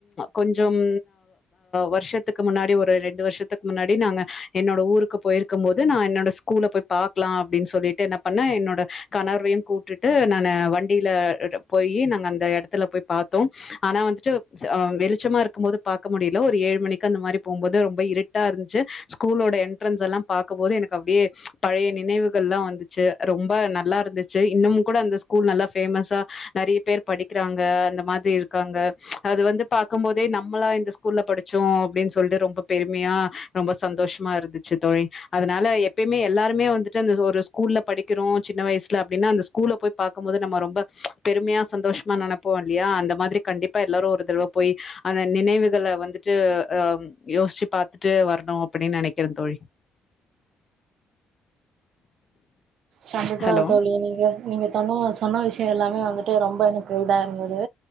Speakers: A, on the left (about 40°); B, on the right (about 70°).
A: கொஞ்சோம் வருஷத்து இதுக்கு முன்னாடி ஒரு ரெண்டு வருஷத்துக்கு முன்னாடி நாங்க என்னோட ஊருக்கு போயிருக்கும் போது நான் என்னோட ஸ்கூல்ல போய் பாக்கலாம் அப்டின்னு சொல்லிட்டு என்ன பண்ண என்னோட கணர்வையும் கூட்டுட்டு நான் வண்டியில போயி நாங்க அந்த எடத்துல போய் பாத்தோம் ஆனா வந்துட்டு் வெளிச்சமா இருக்கும் போது பாக்க முடியல ஒரு ஏழு மணிக்கு அந்த மாரி போம்போது ரொம்ப இருட்டா இருந்துச்சு ஸ்கூலோட என்ட்ரன்ஸ் எல்லாம் பாக்கும்போது எனக்கு அப்டியே பழைய நினைவுகள் எல்லாம் வந்துச்சு ரொம்ப நல்லா இருந்துச்சு இன்னமும் கூட அந்த ஸ்கூல் நல்லா ஃபேமஸா நெறைய பேர் படிக்கிறாங்க அந்த மாதிரி இருக்காங்க அது வந்து பாக்கும் போதே நம்மளா இந்த ஸ்கூல்ல படிச்சோம் அப்டின்னு சொல்லிட்டு ரொம்ப பெருமையா ரொம்ப சந்தோஷமா இருந்துச்சு தொழி அதனால எப்பயுமே எல்லாருமே வந்துட்டு அந்த ஒரு ஸ்கூல்ல படிக்கிறோம் சின்ன வயசுல அப்டின்னா அந்த ஸ்கூல்ல போய் பாக்கும்போது நம்ம ரொம்ப பெருமையா சந்தோஷமா நெனப்போம் இல்லியா அந்த மாதிரி கண்டிப்பா எல்லாரும் ஒரு தடவ போய் அந்த நினைவுகள வந்துட்டு அ யோசிச்சு பாத்துட்டு வரணும் அப்டின்னு நெனைக்கிறேன் தோழி
B: கண்டிப்பா
A: ஹலோ
B: தோழி நீங்க நீங்க சொன்ன சொன்ன விஷயம் எல்லாமே வந்துட்டு ரொம்ப எனக்கு இதா இருந்தது